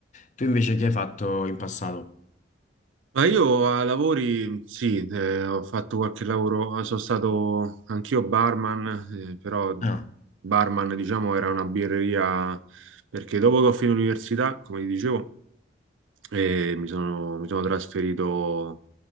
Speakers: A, on the left; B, on the right.
A: Tu invece che hai fatto in passato?
B: Ma io a lavori, sì, eh, ho fatto qualche lavoro, sono stato anch'io barman, eh, però
A: Ah.
B: barman, diciamo, era una birreria perché dopo che ho finito l'università, come vi dicevo, eh, mi sono, mi sono trasferito